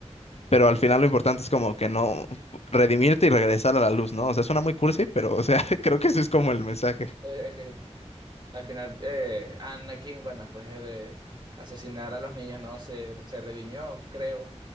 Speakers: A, on the left; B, on the right.
A: pero al final lo importante es como que no redimirte y regresar a la luz, ¿no? O sea, suena muy cursi, pero o sea, <laughs> creo que ese es como el mensaje.
B: Eh, Es que Al final, eh, Anakin, bueno, después de de asesinar a los niños, ¿no? Se, se redimió, creo.